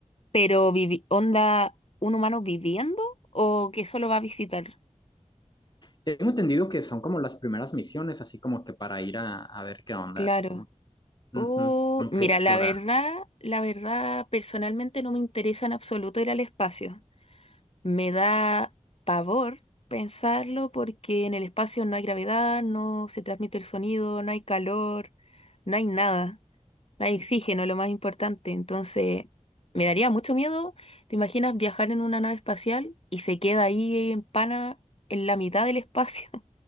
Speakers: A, on the left; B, on the left.
A: Pero vivi- onda, ¿un humano viviendo o que solo va a visitar?
B: Tengo entendido que son como las primeras misiones, así como que para ir a, a ver qué onda,
A: Claro.
B: así como, ujú,
A: Uh,
B: como
A: mira,
B: que explorar.
A: la verdad, la verdad, personalmente no me interesa en absoluto ir al espacio. Me da pavor pensarlo porque en el espacio no hay gravedad, no se transmite el sonido, no hay calor, no hay nada, no hay oxígeno, lo más importante. Entonces, me daría mucho miedo. ¿Te imaginas viajar en una nave espacial y se queda ahí en pana en la mitad del espacio?